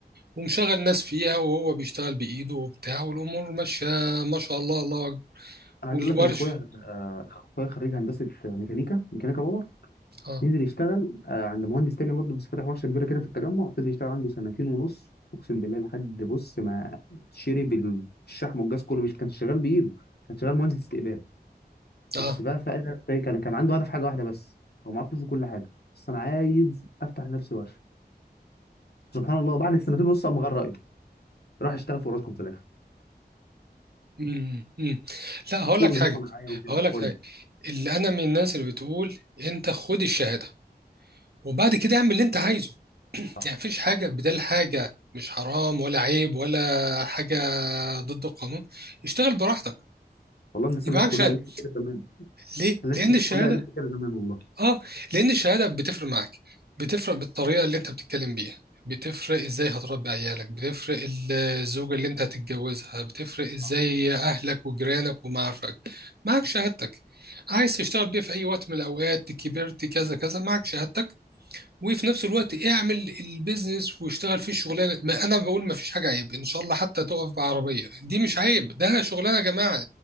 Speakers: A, on the right (about 70°); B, on the left (about 70°).
A: ومشغل ناس فيها وهو بيشتغل بإيده وبتاع والأمور ماشية ما شاء الله الله أكبر
B: أنا عايز
A: والورش
B: أقول لك إن أخويا آه، أخويا خريج هندسة ميكانيكا ميكانيكا باور
A: آه
B: نزل يشتغل آه، عند مهندس تاني برضه بس فاتح ورشة كبيرة كده في التجمع فضل يشتغل عنده سنتين ونص أقسم بالله لحد بص ما شرب الشحم والجاز كله مش كان شغال بإيده كان شغال مهندس استقبال
A: آه
B: بس بقى فاهم كان كان عنده هدف حاجة واحدة بس هو معاه فلوس وكل حاجة بس أنا عايز أفتح لنفسي ورشة سبحان الله بعد السنتين ونص قام غير رأيه راح اشتغل في أوراسكوم في الآخر
A: مم. مم. لا هقول
B: شغل
A: لك حاجة
B: فيه صناعيه وكده
A: هقول لك
B: قول
A: حاجة
B: لي
A: اللي أنا من الناس اللي بتقول أنت خد الشهادة وبعد كده اعمل اللي انت عايزه يعني
B: صح
A: مفيش حاجة بدل حاجة مش حرام ولا عيب ولا حاجة ضد القانون اشتغل براحتك
B: والله الناس
A: يبقى
B: الناس
A: معاك
B: كلها
A: شهادة
B: قالت لي كده زمان
A: ليه؟
B: الناس
A: لأن
B: الناس
A: الشهادة
B: كلها قالت لي كده زمان والله
A: اه لأن الشهادة بتفرق معاك بتفرق بالطريقة اللي انت بتتكلم بيها بتفرق ازاي هتربي عيالك بتفرق ال- الزوجة اللي انت هتتجوزها بتفرق ازاي
B: صح
A: اهلك وجيرانك ومعارفك معاك شهادتك عايز تشتغل بيها في اي وقت من الاوقات كبرت كذا كذا معك شهادتك وفي نفس الوقت اعمل البيزنس واشتغل فيه الشغلانه ما انا بقول ما فيش حاجه عيب ان شاء الله حتى تقف بعربيه دي مش عيب ده شغلانه يا جماعه